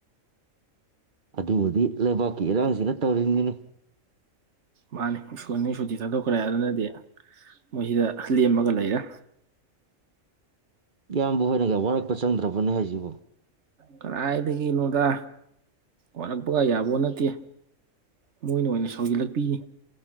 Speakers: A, on the right; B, on the right.
A: ꯑꯗꯨꯕꯨꯗꯤ ꯂꯩꯕꯥꯛꯀꯤ ꯏꯔꯥꯡꯁꯤꯅ ꯇꯧꯔꯤꯅꯤꯅꯦ
B: ꯃꯥꯅꯤ ꯁ꯭ꯀꯨꯜ ꯁꯨꯇꯤ ꯊꯥꯗꯣꯛꯈ꯭ꯔꯦ ꯑꯗꯨꯅꯗꯤ ꯃꯣꯏꯁꯤꯗ ꯂꯦꯝꯃꯒ ꯂꯩꯔꯦ
A: ꯏꯌꯥꯝꯕꯍꯣꯏꯅꯒ ꯋꯥꯔꯛꯄ ꯆꯪꯗ꯭ꯔꯕꯅꯦ ꯍꯥꯏꯁꯤꯕꯣ
B: ꯀꯗꯥꯏꯗꯒꯤꯅꯣꯗꯥ ꯋꯥꯠꯔꯛꯄꯒ ꯌꯥꯕꯣ ꯅꯠꯇꯦ ꯃꯣꯏꯅ ꯑꯣꯏꯅ ꯁꯥꯎꯖꯤꯜꯂꯛꯄꯤꯅꯤ